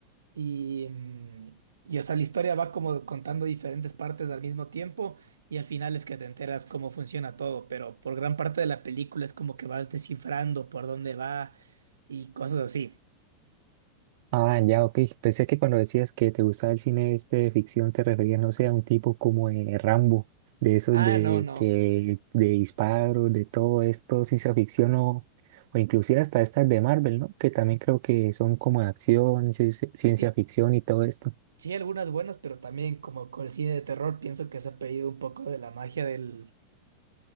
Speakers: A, on the right; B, on the right.
A: Y, mm, y, o sea, la historia va como contando diferentes partes al mismo tiempo y al final es que te enteras cómo funciona todo, pero por gran parte de la película es como que vas descifrando por dónde va y cosas así.
B: Ah, ya, ok. Pensé que cuando decías que te gustaba el cine este de ficción te referías, no sé, a un tipo como de Rambo, de esos
A: Ah,
B: de
A: no, no.
B: que de disparos, de todo esto, ciencia ficción o, o inclusive hasta estas de Marvel, ¿no? Que también creo que son como de acción, ci- ci- ciencia
A: Sí,
B: ficción y todo esto.
A: Sí, algunas buenas, pero también como con el cine de terror pienso que se ha perdido un poco de la magia del,